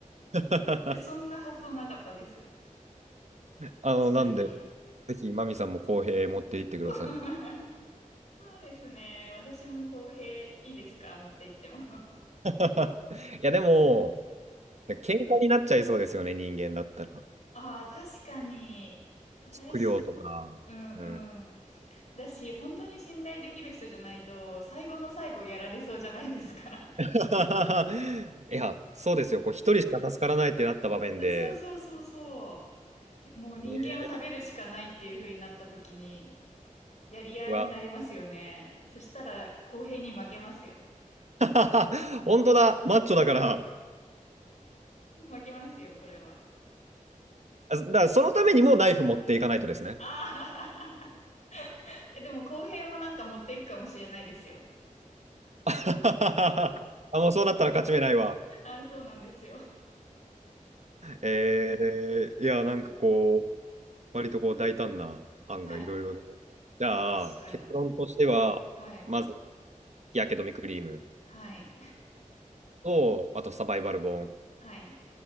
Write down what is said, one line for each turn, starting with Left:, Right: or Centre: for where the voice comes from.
Right: <laughs>
Left: え、そんな発想なかったです。
Right: あの、
Left: 確かに。
Right: なんで、ぜひ、マミさんも公平持っていってください。
Left: こ <laughs> そうですね。私も公平いいですか持って行っても。<laughs>
Right: <laughs> いや、でも、喧嘩になっちゃいそうですよね、人間だったら。
Left: ああ、確かに。確か、
Right: 食料とか。
Left: うんうん。
Right: うん。
Left: だし、本当に信頼できる人じゃないと、最後の最後やられそうじゃないですか。
Right: <laughs> いや、そうですよ。こう、一人しか助からないってなった場面で。
Left: <laughs> そうそうそうそう。もう人間を食べるしかないっていう風になった時に、
Right: ねえ
Left: やり合いになりますよね。
Right: は、
Left: そしたら公平に負けますよ。
Right: <laughs> 本当だ、マッチョだから、
Left: 負けますよ、これは。
Right: あだからそのためにもナイフ持っていかないとですね。
Left: ああえ、でも後編もなんか持っていくかもしれないですよ。
Right: <laughs> あ、もうそうなったら勝ち目ないわ。
Left: あ、そうなんですよ。
Right: えー、いや、なんかこう、割とこう大胆な案がいろいろ。
Left: はい。
Right: じゃあ、
Left: 確かに。
Right: 結論としては、
Left: はい。
Right: まず、日焼け止めクリーム
Left: はい。
Right: と、あとサバイバル本。
Left: はい。